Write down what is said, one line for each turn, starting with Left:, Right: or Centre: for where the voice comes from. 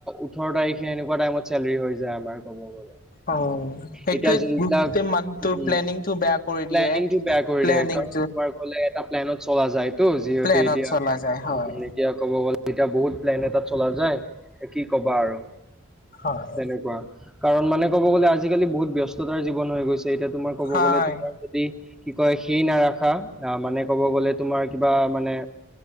Centre: ওঠৰ তাৰিখে এনেকুৱা টাইমত চেলৰি হৈ যায় আমাৰ ক'ব গ'লে।
Left: অ', সেইটো
Centre: এতিয়া যোনবিলাক
Left: গ্ৰুপ মান তোৰ
Centre: উম
Left: প্লেনিংটো বেয়া কৰি
Centre: প্লেনিংটো
Left: দিয়ে
Centre: বেয়া কৰি
Left: প্লেনিং।
Centre: দিয়ে কাৰণ তোমাৰ ক'লে এটা প্লেনত চলা যায় তো যিহেতু
Left: প্লেনত
Centre: এতিয়া।
Left: চলা
Centre: উম,
Left: যায় হয়
Centre: এতিয়া ক'ব গ'লে, এতিয়া বহুত প্লেন এটা চলা যায়, কি ক'বা আৰু?
Left: হয়।
Centre: তেনেকুৱা, কাৰণ মানে ক'ব গ'লে, আজিকালি বহুত ব্যস্ততা জীৱন হৈ গৈছে। এতিয়া তোমাৰ কব
Left: হয়
Centre: গলে তোমাৰ যদি কি কয় সেই নাৰাখা, আহ, মানে ক'ব গলে তোমাৰ কিবা মানে!